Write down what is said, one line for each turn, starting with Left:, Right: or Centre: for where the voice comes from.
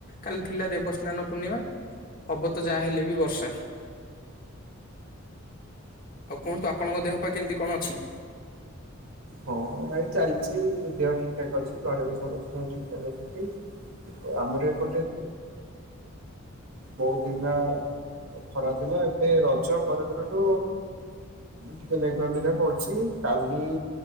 Left: କାଲି ଥିଲା ଦେବସ୍ନାନ ପୂର୍ଣ୍ଣିମା ହବ ତ ଯାହାହେଲେ ବି ବର୍ଷା। ଆଉ କୁହନ୍ତୁ ଆପଣଙ୍କ ଦେହ ପାହା କେମିତି କଣ ଅଛି?
Right: ହଁ ଭାଇ ଚାଲିଛି ଦେହ ଠିକ ଠାକ୍ ଅଛି ଘରେ ବି ସମସ୍ତେ ସବୁ ଠିକ ଠାକ୍ ଅଛନ୍ତି। ଆମର ଏପଟେ
Left: ହଁ
Right: ବହୁତ ଦିନା ଖରା ଥିଲା ଏବେ ରଜ ପରେ ପରଠୁ ଟିକେ ମେଘୁଆ ମେଘୁଆ କରୁଛି କାଲି